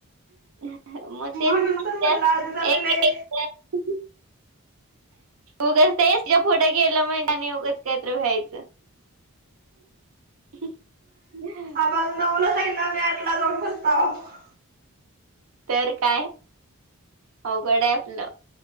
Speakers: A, on the right; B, on the right.
A: मग
B: म्हणून
A: तेच
B: तर म्हणलं
A: <unintelligible>
B: आधीच आम्ही
A: एक
B: लय
A: एक जण उगंच ते <unintelligible> आणि उगंच काहीतरी व्हायचं. <inaudible>
B: काल नऊला सांगितल. <unintelligible>
A: तर काय. अवघड आहे आपलं.